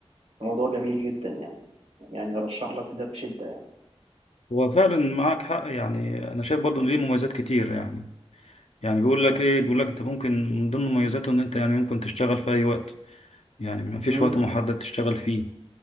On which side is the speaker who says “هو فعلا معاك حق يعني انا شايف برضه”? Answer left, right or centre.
Left